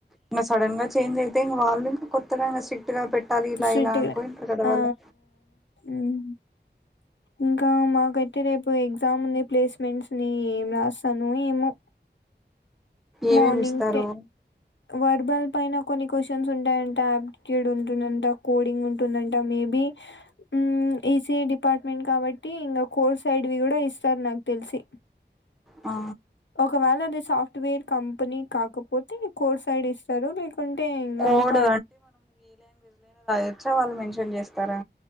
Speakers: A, in the centre; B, on the left.
A: ఇంగ సడెన్ గా చేంజ్ అయితే ఇంక వాళ్ళ ఇంకొత్తగా సి ట్టుగా పెట్టాలి ఇలా
B: స్ట్రిక్ట్గా
A: ఇలా అనుకోయింటారు కదా
B: ఆ
A: వాళ్ళు
B: ఉమ్ ఇంకా మాకైతే రేపు ఎగ్జామ్ ఉంది ప్లేస్మెంట్స్ ని ఏం రాస్తానో ఏమో
A: ఏమేమి
B: మానింగ్
A: ఇస్తారు
B: టె వర్బల్ పైన కొన్ని క్వశ్చన్స్ ఉంటాయంట ఆప్ట్యూడ్ ఉంటుందంట కోడింగ్ ఉంటుందంట మేబి మ్మ్ ఈసీఈ డిపార్ట్మెంట్ కాబట్టి ఇంకా కోర్ సైడ్వి కూడా ఇస్తారు నాకు తెలిసి
A: ఆ
B: ఒకవేళ అది సాఫ్ట్వేర్ కంపెనీ కాకపోతే కోర్ సైడ్ ఇస్తారు లేకుంటే ఇంగ
A: కోడ్
B: హార్ట్
A: వచ్చా వాళ్ళు మెన్షన్ చేస్తారా